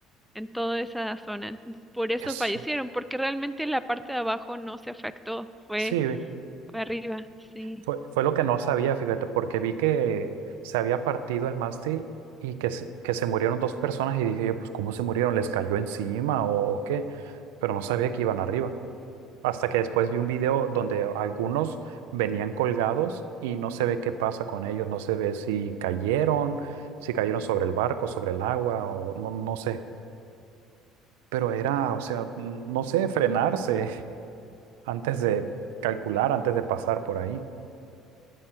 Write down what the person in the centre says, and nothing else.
en toda esa zona. Entonces, por eso
fallecieron, porque realmente la parte de abajo no se afectó. Fue
Para arriba, sí,